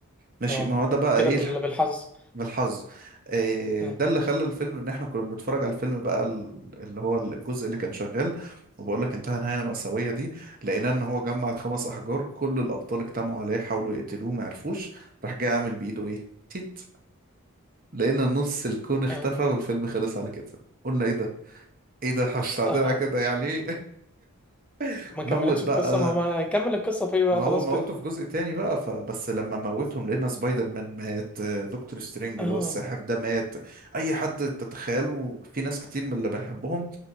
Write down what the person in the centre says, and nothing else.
اه
كده
بال-
بالحظ
اه
اه
اه
ما كملتش
القصة ما هو ما هيكمل القصة في إيه بقى
خلاص
كده
اه